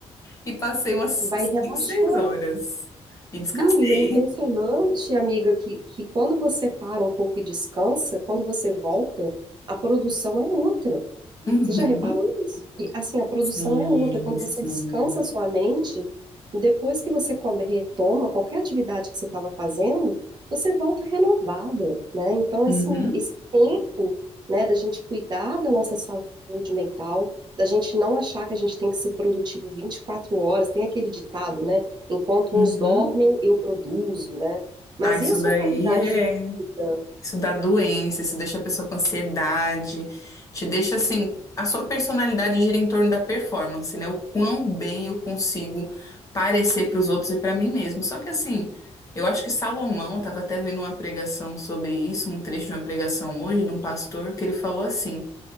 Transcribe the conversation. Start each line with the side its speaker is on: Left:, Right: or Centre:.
Left: E passei umas
Right: Vai relaxar.
Left: 5, 6 horas. E descansei.
Right: Não, e é impressionante, amiga, que, que quando você para um pouco e descansa, quando você volta, a produção é outra.
Left: Uhum.
Right: Você já reparou isso? E assim, a produção
Left: Sim,
Right: é outra. Quando
Left: sim.
Right: você descansa a sua mente, depois que você come, retoma qualquer atividade que você estava fazendo, você volta renovada, né? Então,
Left: Uhum,
Right: esse, esse tempo, né, da gente cuidar da nossa saúde mental, da gente não achar que a gente tem que ser produtivo 24 horas, tem aquele ditado, né? Enquanto
Left: uhum.
Right: uns dormem, eu produzo, né? Mas
Left: Ah, isso
Right: e a sua
Left: daí
Right: qualidade
Left: é.
Right: de vida?
Left: Isso dá doença, isso deixa a pessoa com ansiedade, te deixa assim, a sua personalidade gira em torno da performance, né? O quão bem eu consigo parecer para os outros e para mim mesmo. Só que assim, eu acho que Salomão estava até vendo uma pregação sobre isso, um trecho de uma pregação hoje de um pastor que ele falou assim: